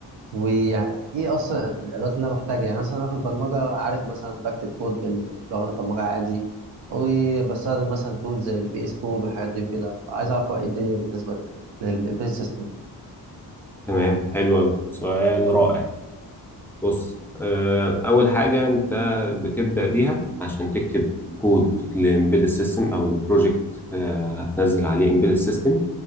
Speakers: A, on the right (about 90°); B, in the centre.
A: وايه اصلا الادوات اللي انا بحتاجها يعني مثلا انا في البرمجه عارف مثلا بكتب كود بلغه البرمجه عادي وبستخدم مثلا تول زي البي اس كود والحاجات دي وكده فعايز اعرف بقى ايه الدنيا بالنسبه للامبيدد سيستم
B: تمام حلو أوي سؤال رائع بص آه، أول حاجة أنت بتبدأ بيها عشان تكتب كود لإمبيدد سيستم أو لبروجكت آه، هتنزل عليه إمبيدد سيستم